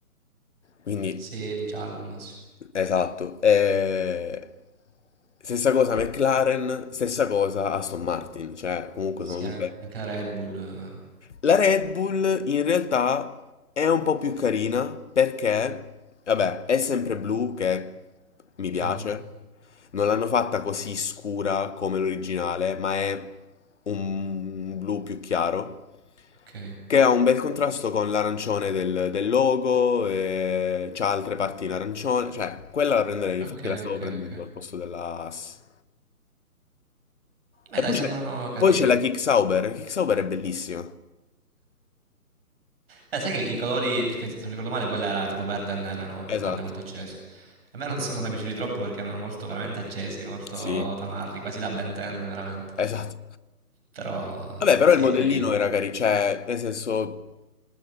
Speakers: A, on the left; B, on the right.
A: Quindi,
B: sì, il giallo, ma sì,
A: esatto. E... Stessa cosa McLaren, stessa cosa Aston Martin, cioè comunque
B: sì,
A: sono tutte...
B: anche la Red Bull. eh.
A: La Red Bull in realtà è un po' più carina perché, vabbè, è sempre blu che mi piace.
B: Mhm,
A: Non l'hanno fatta così scura come l'originale, ma è un blu più chiaro
B: Ok,
A: che ha un bel contrasto con l'arancione del, del logo e c'ha altre parti in arancione, cioè quella la prenderei, infatti
B: ok,
A: la stavo
B: ok,
A: prendendo
B: ok.
A: al posto della Haas.
B: Beh,
A: E
B: dai,
A: poi
B: sembrano
A: c'è
B: carine.
A: poi c'è la Kick Sauber, la Kick Sauber è bellissima.
B: Eh, sai che i colori, perché se non ricordo male, quella era tipo verde e nera, no?
A: Esatto,
B: Un verde molto acceso. A me non sono mai piaciuti troppo perché erano molto veramente accesi, molto
A: sì,
B: tamarri, quasi da Ben 10, veramente.
A: esatto.
B: Però
A: Vabbè, però
B: sì,
A: il modellino
B: è carino.
A: era carino, cioè, nel senso,